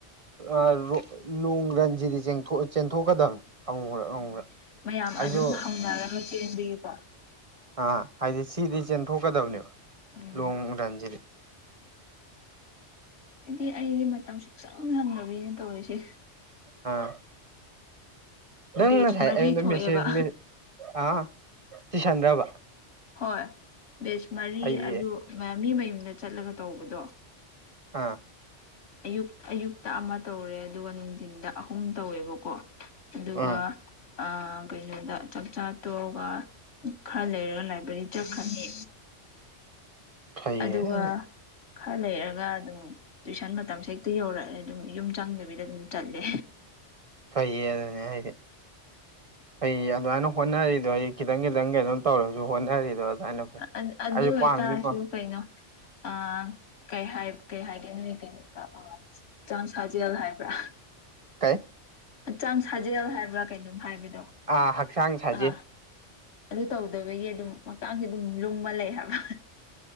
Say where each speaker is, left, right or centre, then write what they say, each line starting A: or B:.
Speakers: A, on the right; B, on the left.
A: ꯑ ꯔꯣ ꯂꯣꯡ ꯔꯟꯁꯤꯗꯤ ꯆꯦꯡꯊꯣꯛ ꯆꯦꯟꯊꯣꯛꯀꯗꯕꯅꯤ ꯑꯃꯨꯛꯔꯛ ꯑꯃꯨꯛꯔꯛ
B: ꯎꯝ ꯃꯌꯥꯝ
A: ꯑꯩꯁꯨ
B: ꯑꯗꯨꯝ ꯍꯧꯅꯔꯒ ꯆꯦꯟꯕꯤꯌꯨꯕ
A: ꯑꯥ ꯍꯥꯏꯗꯤ ꯁꯤꯗꯤ ꯆꯦꯟꯊꯣꯛꯀꯗꯕꯅꯦꯕ
B: ꯎꯝ
A: ꯂꯣꯡ ꯔꯟꯁꯤꯗꯤ
B: ꯑꯩꯗꯤ ꯑꯩꯒꯤ ꯃꯇꯝꯁꯨ ꯁꯨꯛꯁꯡ ꯁꯡꯗꯕꯤꯅꯦ ꯇꯧꯔꯤꯁꯦ
A: ꯑꯝ ꯅꯪ
B: ꯕꯦꯠꯁ
A: ꯉꯁꯥꯏ
B: ꯃꯔꯤ
A: ꯑꯩꯉꯣꯟꯗ
B: ꯊꯣꯛꯑꯦꯕ
A: ꯃꯦꯁꯦꯖ ꯃꯦꯁꯦ ꯑꯥ ꯆꯤꯁꯟꯕ꯭ꯔꯕ
B: ꯍꯣꯏ ꯕꯦꯖ ꯃꯔꯤ
A: ꯐꯩꯌꯦ
B: ꯑꯗꯨ ꯃꯌꯥꯝ ꯃꯤ ꯃꯌꯨꯝꯗ ꯆꯠꯂꯒ ꯇꯧꯕꯗꯣ
A: ꯑꯥ
B: ꯑꯌꯨꯛ ꯑꯌꯨꯛꯇ ꯑꯃ ꯇꯧꯔꯦ ꯑꯗꯨꯒ ꯅꯨꯡꯊꯤꯟꯗ ꯑꯍꯨꯝ ꯇꯧꯋꯦꯕꯀꯣ ꯑꯗꯨꯒ
A: ꯎꯝ
B: ꯑ ꯀꯩꯅꯣꯗ ꯆꯥꯛꯆꯥꯥ ꯇꯣꯛꯑꯒ ꯈꯔ ꯂꯩꯔꯒ ꯂꯥꯏꯕ꯭ꯔꯦꯔꯤ ꯆꯠꯈ꯭ꯔꯅꯤ
A: ꯐꯩꯌꯦ
B: ꯑꯗꯨꯒ ꯈꯔ ꯂꯩꯔꯒ ꯑꯗꯨꯝ ꯇꯨꯏꯁꯟ ꯃꯇꯝ ꯁꯦ ꯍꯦꯛꯇ ꯌꯧꯔꯛꯂꯦ ꯑꯗꯨꯝ ꯌꯨꯝ ꯆꯪꯗꯕꯤꯗ ꯑꯗꯨꯝ ꯆꯠꯂꯦ
A: ꯐꯩꯌꯦ ꯑꯗꯨꯅꯦ ꯍꯥꯏꯗꯤ ꯐꯩ ꯑꯗꯨꯃꯥꯏꯅ ꯍꯣꯠꯅꯔꯤꯗꯣ ꯑꯩ ꯈꯤꯇꯪ ꯈꯤꯇꯪ ꯀꯩꯅꯣ ꯇꯧꯔꯁꯨ ꯍꯣꯠꯅꯔꯤꯗꯣ ꯑꯗꯨꯃꯥꯏꯅ ꯐꯩ
B: ꯑ ꯑꯗꯨ
A: ꯑꯩꯁꯨ
B: ꯑꯣꯏꯇꯥꯔꯁꯨ
A: ꯄꯥꯝꯗꯤ ꯄꯥꯝ
B: ꯀꯩꯅꯣ ꯑ ꯀꯩ ꯍꯥꯏ ꯀꯩ ꯍꯥꯏꯒꯦ ꯅꯣꯏ ꯀꯩꯅꯣꯗ ꯍꯛꯆꯥꯡ ꯁꯥꯖꯦꯜ ꯍꯥꯏꯕ꯭ꯔꯥ
A: ꯀꯩ
B: ꯍꯛꯆꯥꯡ ꯁꯥꯖꯦꯜ ꯍꯥꯏꯕ꯭ꯔꯥ ꯀꯩꯅꯣꯝ ꯍꯥꯏꯕꯗꯣ
A: ꯑꯥ ꯍꯛꯆꯥꯡ ꯁꯥꯖꯦꯜ
B: ꯑꯥ ꯑꯗꯨ ꯇꯧꯗꯕꯒꯤ ꯑꯗꯨꯝ ꯍꯛꯆꯥꯡꯁꯦ ꯑꯗꯨꯝ ꯂꯨꯝꯃ ꯂꯩ ꯍꯥꯏꯕ